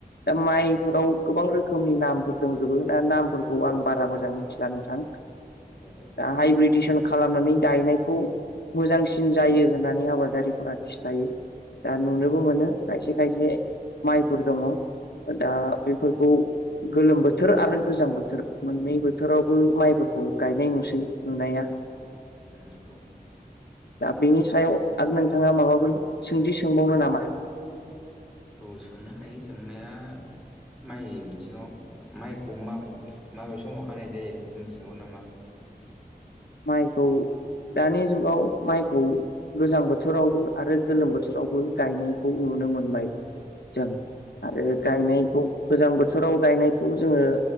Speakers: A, on the left; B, in the centre.
A: दा माइफोराव
B: उम उम
A: गोबां रोखोमनि नामफोर दंजोबो दा नामफोर खौ आं बारा मोजां मिथिला नोंथां।
B: ओ-ओ।
A: दा हाइब्रिदिसन खालामनानै गायनायखौ मोजांसिन जायो होननानै आबादारिफोरा खिथायो दा नुनोबो
B: उम
A: मोनो खायसे खायसे माइफोर दङ। दा बेफोरखौ गोलोम बोथोर आरो गोजां बोथ मोननै बोथोरावबो माइफोरखौ गायनाय नुसै नुनाया
B: नंगौ।
A: दा बेनि सायाव आरो नोंथांङा माबाफोर सोंथि सोंबावनो नामा?
B: औ सोंनो हायो सोंनाया माइनि बिथिंङाव माइखौ माबे समाव हानाय जायो मोनथिगौ नामा?
A: माइखौ दानि जुगाव माइखौ गोजां बोथोरावबो आरो गोलोम बोथोरावबो गायनायखौ नुनो मोनबाय। जों आरो
B: उम
A: गायनायखौ? गोजां बोथोराव गायनायखौ जोङो